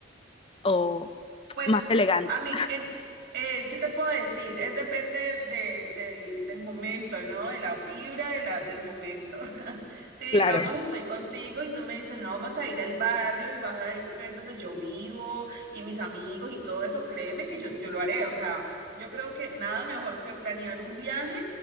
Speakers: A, on the left; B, on the right.
A: o
B: Pues
A: más elegante.
B: a mí, en, eh, ¿qué te puedo decir? Es depende de, del, del momento, ¿no? De la vibra de la, del momento. <laughs> Si digamos
A: Claro,
B: estoy contigo y tú me dices, no, vamos a ir al barrio y vas a ver donde yo vivo y mis amigos y todo eso, créeme que yo, yo lo haré. O sea, yo creo que nada mejor que planear un viaje.